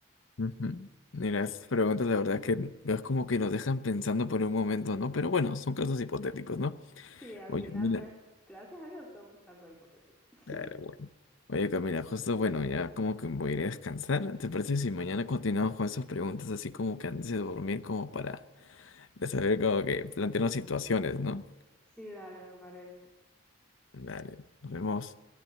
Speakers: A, on the left (about 70°); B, in the centre.
A: Ujú. Mira, estas preguntas la verdad que es como que nos dejan pensando por un momento, ¿no? Pero bueno, son casos hipotéticos, ¿no?
B: Sí, al
A: Oye,
B: final,
A: mira,
B: pues, gracias a Dios son casos hipotéticos. <laughs>
A: claro, bueno. Oye, Camila, justo, bueno, ya como que voy a ir a descansar. ¿Te parece si mañana continuamos con esas preguntas así como que antes de dormir, como para saber como que plantearnos situaciones, ¿no?
B: Sí, dale, me parece.
A: Dale, nos vemos.